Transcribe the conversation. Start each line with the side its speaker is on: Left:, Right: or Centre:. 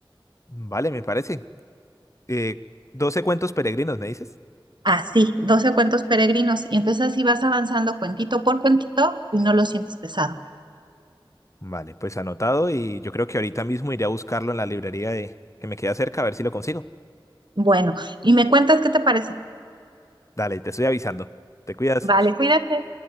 Left: Vale, me parece. Eh, 12 cuentos peregrinos, ¿me dices?
Right: Así, doce cuentos peregrinos y entonces así vas avanzando cuentito por cuentito y no lo sientes pesado.
Left: Vale, pues anotado y yo creo que ahorita mismo iré a buscarlo en la librería de que me queda cerca a ver si lo consigo.
Right: Bueno, y me cuentas qué te parece.
Left: Dale, te estoy avisando. Te cuidas.
Right: Vale, cuídate.